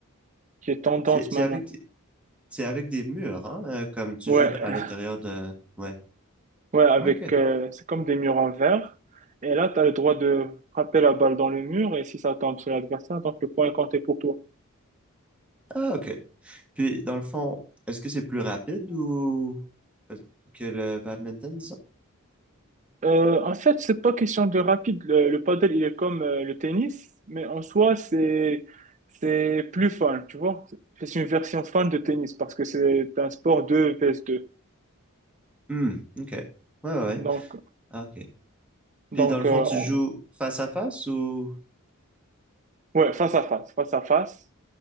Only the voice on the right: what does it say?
qui est tendance
maintenant.
Ouais,
ouais, avec,
euh, c'est comme des murs en verre. Et là, tu as le droit de frapper la balle dans le mur et si ça tombe sur l'adversaire, donc le point est compté pour toi.
Euh, en fait, c'est pas question de rapide. Le, le padel, il est comme euh, le tennis, mais en soi, c'est c'est plus fun, tu vois. C'est une version fun de tennis parce que c'est un sport 2 vs 2.
Donc,
donc
euh,
on-
ouais, face à face, face à face,